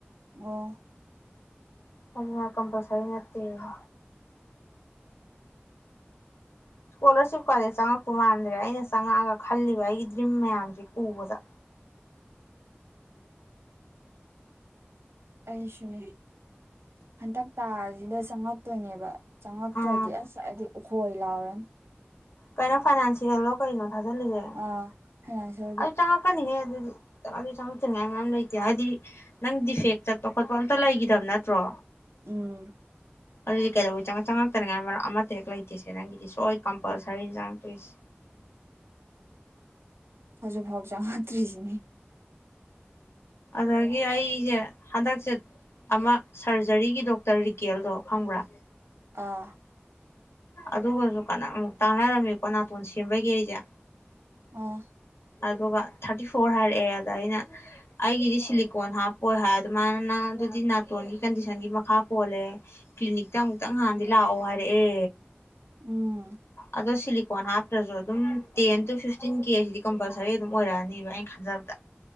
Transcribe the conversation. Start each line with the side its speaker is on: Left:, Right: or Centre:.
Right: ꯑꯣ꯫
Left: ꯑꯗꯨꯅ ꯀꯝꯄꯜꯁꯔꯤ ꯅꯠꯇꯦ <inaudible> ꯏ꯭ꯁꯀꯣꯂꯔꯁꯤꯞ ꯀꯥꯖꯦ ꯆꯪꯉꯛꯇꯨ ꯃꯥꯟꯗ꯭ꯔꯦ ꯑꯩꯅ ꯆꯪꯉꯛꯑꯒ ꯈꯜꯂꯤꯕ ꯑꯩꯒꯤ ꯗ꯭ꯔꯤꯝ ꯃꯌꯥꯝꯖꯦ ꯎꯕꯗ꯫
Right: ꯑꯩꯁꯨꯅꯦ, ꯍꯟꯇꯛ ꯇꯥꯖꯤꯗ ꯆꯪꯉꯛꯇꯣꯏꯅꯦꯕ꯫ ꯆꯪꯉꯛꯇ꯭ꯔꯗꯤ
Left: ꯎꯝ
Right: ꯑꯁ ꯑꯩꯗꯤ ꯎꯍꯣꯏ ꯂꯥꯎꯔꯅꯤ꯫
Left: ꯀꯩꯅꯣ ꯐꯥꯏꯅꯥꯟꯁꯤꯌꯦꯜꯂꯣ ꯀꯩꯅꯣ? ꯀꯥꯖꯂꯤꯖꯦ
Right: ꯑꯥ ꯐꯥꯏꯅꯥꯟꯁꯤꯌꯦꯜꯒꯤ
Left: ꯑꯗꯨ ꯆꯉꯀꯅꯤ ꯍꯥꯏꯌꯦ ꯑꯗꯨꯗꯤ ꯆꯪꯉꯛꯇꯅꯤꯉꯥꯏ ꯃꯌꯥꯝ ꯂꯩꯇꯦ ꯍꯥꯏꯗꯤ ꯅꯪ ꯗꯤꯐꯦꯛ ꯆꯠꯄ ꯈꯣꯠꯄ ꯑꯝꯇ ꯂꯩꯈꯤꯗꯕ ꯅꯠꯇ꯭ꯔꯣ
Right: ꯎꯝ
Left: ꯑꯗꯨꯗꯤ ꯀꯩꯗ ꯆꯪꯉꯛꯇꯅꯤꯉꯥꯏ ꯃꯔꯛ ꯑꯃꯠꯇ ꯍꯦꯛ ꯂꯩꯇꯦꯁꯦ ꯅꯪꯒꯤꯗꯤ ꯁꯣꯏ ꯀꯝꯄꯜꯁꯔꯤꯅꯤ ꯆꯪꯉꯛꯇꯣꯏꯁꯦ
Right: ꯍꯧꯖꯤꯛ ꯐꯥꯎ ꯆ ꯉꯛꯇ꯭ꯔꯤꯁꯤꯅꯤ
Left: ꯑꯗꯒꯤ ꯑꯩꯁꯦ ꯍꯟꯗꯛꯁꯦ ꯑꯃ ꯁꯔꯖꯔꯤꯒꯤ ꯗꯣꯛꯇꯔ ꯔꯤꯀꯦꯜꯗꯣ ꯈꯪꯕ꯭ꯔꯥ
Right: ꯑꯥ
Left: ꯑꯗꯨꯒꯁꯨ ꯀꯅꯥ ꯑꯃꯨꯛ ꯇꯥꯅꯔꯝꯃꯤꯀꯣ ꯅꯥꯇꯣꯟ ꯁꯦꯝꯕꯒꯤ ꯑꯩꯁꯦ
Right: ꯑ <unintelligible>
Left: ꯑꯗꯨꯒ ꯊꯥꯔꯇꯤ ꯐꯣꯔ ꯍꯥꯏꯔꯛꯑꯦ ꯑꯗ ꯑꯩꯅ ꯑꯩꯒꯤꯗꯤ ꯁꯤꯂꯤꯀꯣꯟ ꯍꯥꯞꯄꯣꯏ ꯍꯥꯏ ꯑꯗꯨꯃꯥꯏꯅ ꯅꯪ ꯑꯗꯨꯗꯤ ꯅꯥꯇꯣꯟꯒꯤ ꯀꯟꯗꯤꯁꯟꯒꯤ ꯃꯈꯥ ꯄꯣꯜꯂꯦ ꯀ꯭ꯂꯤꯅꯤꯛꯇ ꯑꯃꯨꯛꯇꯪ ꯅꯍꯥꯟꯗꯤ ꯂꯥꯛꯑꯣ ꯍꯥꯏꯔꯛꯑꯦ
Right: ꯎꯝ
Left: ꯑꯗꯣ ꯁꯤꯂꯤ ꯐꯣꯟ ꯍꯥꯞꯇ꯭ꯔꯁꯨ ꯑꯗꯨꯝ ꯇꯦꯟ ꯇꯨ ꯐꯤꯐꯇꯤꯟ ꯀꯦꯁꯤꯗꯤ ꯀꯝꯄꯜꯁꯔꯤ ꯑꯗꯨꯝ ꯑꯣꯏꯔꯛꯑꯅꯤꯕ ꯑꯩꯅ ꯈꯟꯖꯕꯗ